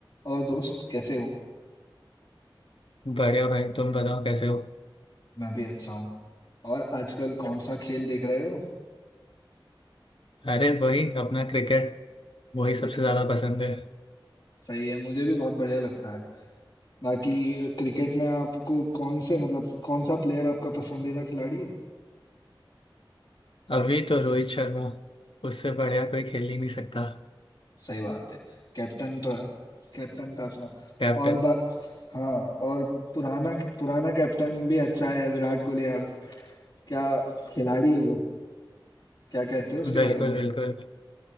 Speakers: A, on the left; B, on the left.
A: और दोस्त कैसे हो
B: बढ़िया भाई तुम बताओ कैसे हो
A: मैं भी अच्छा हूँ और आजकल कौन सा खेल देख रहे हो
B: अरे वही अपना क्रिकेट वही सबसे
A: क्रिकेट
B: ज्यादा पसंद है
A: सही है मुझे भी बहुत बढ़िया लगता है बाकी क्रिकेट में आपको कौन से मतलब कौन सा प्लेयर आपका पसंदीदा खिलाड़ी है
B: अभी तो रोहित शर्मा उससे बढ़िया कोई खेल ही नहीं सकता
A: सही बात है कैप्टन तो है कैप्टन था अपना
B: कैप्टन
A: और बा... हाँ और पुराना पुराना कैप्टन भी अच्छा है विराट कोहली यार क्या खिलाड़ी है वो क्या कहते हो उसके
B: बिल्कुल
A: बारे में
B: बिल्कुल